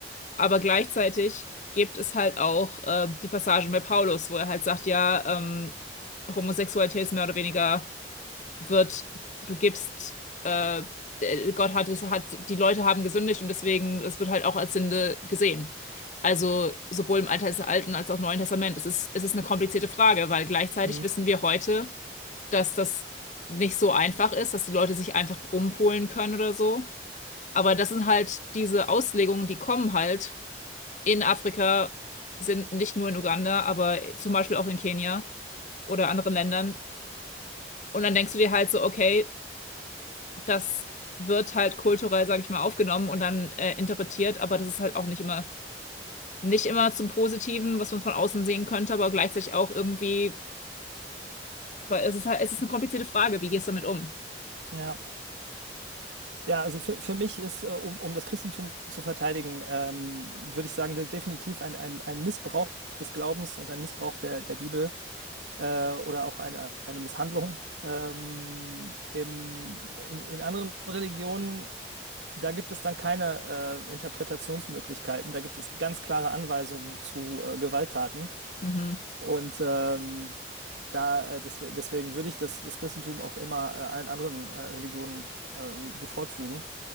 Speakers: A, on the left; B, on the right.
A: Aber gleichzeitig gibt es halt auch äh, die Passagen bei Paulus, wo er halt sagt, ja, ähm, Homosexualität ist mehr oder weniger wird, du gibst, äh, äh, Gott hat es, hat, die Leute haben gesündigt und deswegen, es wird halt auch als Sünde gesehen. Also sowohl im Alten Alten als auch Neuen Testament. Es ist, es ist eine komplizierte Frage, weil gleichzeitig
B: Mhm.
A: wissen wir heute, dass das nicht so einfach ist, dass die Leute sich einfach umpolen können oder so. Aber das sind halt diese Auslegungen, die kommen halt in Afrika sind, nicht nur in Uganda, aber zum Beispiel auch in Kenia oder anderen Ländern. Und dann denkst du dir halt so, okay, das wird halt kulturell, sag ich mal, aufgenommen und dann äh, interpretiert, aber das ist halt auch nicht immer, nicht immer zum Positiven, was man von außen sehen könnte, aber gleichzeitig auch irgendwie, weil es ist halt, es ist eine komplizierte Frage, wie gehst du damit um?
B: Ja. Ja, also für, für mich ist, äh, um, um das Christentum zu verteidigen, ähm, würde ich sagen, de- definitiv ein, ein, ein Missbrauch des Glaubens und ein Missbrauch der, der Bibel äh, oder auch eine, eine Misshandlung. Ähm, im, in, in anderen Religionen, da gibt es dann keine äh, Interpretationsmöglichkeiten, da gibt es ganz klare Anweisungen zu äh, Gewalttaten.
A: Mhm.
B: Und ähm, da, äh, deswe- deswegen würde ich das, das Christentum auch immer äh, allen anderen äh, Religionen äh, bevorzugen.